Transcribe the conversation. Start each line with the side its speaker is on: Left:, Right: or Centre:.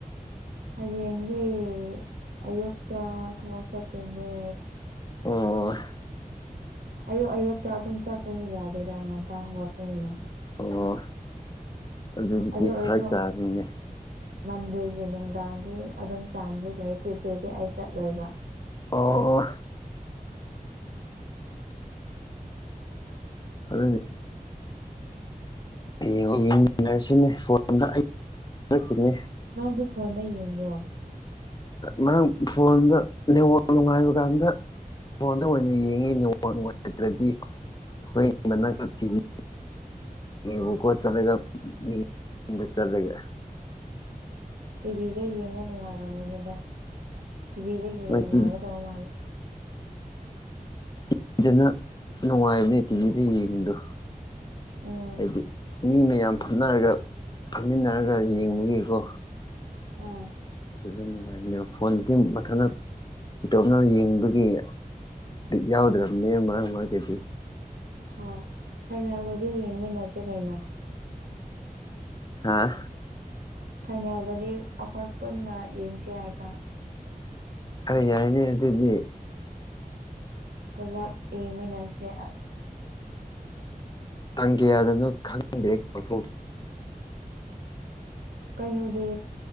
Right: ꯑ ꯌꯦꯪꯦ ꯑꯛꯇꯛꯇ ꯊꯋꯥꯁ ꯇꯅꯦ
Left: ꯑꯣ
Right: ꯑꯌꯨꯛ ꯑꯌꯨꯛꯇ ꯑꯗꯨꯝ ꯆꯠꯄꯅꯤ ꯌꯥꯗꯦꯗ ꯉꯇ ꯋꯥꯠꯄꯅꯤꯅ
Left: ꯑꯣ ꯑꯗꯨꯕꯨꯗꯤ
Right: ꯑꯗꯨ ꯑꯣꯏꯔꯁꯨ
Left: ꯐꯔ ꯇꯥꯅꯤꯅꯦ
Right: ꯃꯟꯗꯦꯒꯤ ꯅꯨꯡꯗꯥꯡꯒꯤ ꯑꯗꯨꯝ ꯆꯥꯟꯁ ꯂꯩ ꯇ꯭ꯌꯨꯁꯗꯦꯗꯤ ꯑꯩ ꯆꯠꯂꯣꯏꯕ <inaudible>
Left: ꯑꯣ ꯑꯣ ꯑꯗꯨ ꯌꯦꯡꯃꯤꯟꯅꯔꯁꯤꯅꯦ ꯐꯣꯟꯝꯗ ꯑꯩꯛꯈꯤꯅꯦ
Right: ꯅꯪꯁꯨ ꯐꯣꯟꯗ ꯌꯦꯡꯕ꯭ꯔꯣ
Left: ꯃꯔꯝ ꯐꯣꯟꯗ ꯅꯦꯋꯥꯛ ꯅꯨꯡꯉꯥꯏꯕ ꯀꯥꯟꯗ ꯐꯣꯟꯗ ꯑꯣꯏꯅ ꯌꯦꯡꯉꯤ ꯅꯦꯋ ꯐ ꯑꯣꯏꯔꯗ꯭ꯔꯗꯤ ꯑꯩꯈꯣꯏ ꯃꯅꯥꯛꯇ ꯇꯤꯚꯤ ꯅꯕꯨ ꯀꯣ ꯆꯂꯒ ꯃꯤ ꯆꯂꯒ
Right: ꯇꯤꯚꯤꯗ ꯌꯦꯡꯉ ꯅꯨꯡꯉꯥꯏꯔꯝꯒꯅꯤꯗ ꯄꯤꯕꯤꯔꯒꯦ
Left: ꯃꯣꯏ
Right: ꯅꯨꯡꯉꯥꯏꯒꯗꯧ
Left: ꯇꯤꯚꯤ
Right: ꯃꯥꯜꯂꯦ
Left: ꯇꯤꯚꯗꯅ ꯅꯨꯡꯉꯥꯏꯕꯅꯦ ꯇꯤꯚꯗ ꯌꯦꯡꯕꯗꯣ
Right: ꯎꯝ
Left: ꯍꯥꯏꯗꯤ ꯃꯤ ꯃꯌꯥꯝ ꯐꯝꯅꯔꯒ ꯐꯝꯃꯤꯟꯅꯔꯒ ꯌꯦꯡꯕꯒꯤꯀꯣ
Right: ꯑꯥ
Left: ꯑꯗꯨꯗ ꯅꯨꯡꯉꯥꯏꯕꯅꯦꯕ ꯐꯣꯟꯗꯗꯤ ꯃꯊ ꯏꯇꯣꯝꯅꯅ ꯌꯦꯡꯕꯒꯤꯛ ꯌꯥꯎꯗ꯭ꯔꯕꯅꯦ ꯃꯔꯛ ꯃꯔꯛꯇꯗꯤ
Right: ꯍꯣꯏ ꯍꯥꯏꯩꯅꯒꯗꯤ ꯌꯦꯡꯃꯤꯟꯅꯁꯤ ꯀꯩꯅꯣ
Left: ꯍꯥꯥ
Right: ꯐꯅꯦꯜꯗꯗꯤ ꯑꯩꯈꯣꯏ ꯄꯨꯟꯅ ꯌꯦꯡꯁꯤ ꯍꯥꯏꯕ
Left: ꯑ ꯌꯥꯇꯗꯤ
Right: ꯄꯨꯂꯞ ꯌꯦꯡꯃꯤꯟꯅꯁꯦ
Left: ꯀꯌꯥꯗꯅꯣ ꯈꯪꯅꯤꯡꯗ꯭ꯔꯦꯊꯣꯛ
Right: ꯀꯩꯅꯣꯗꯤ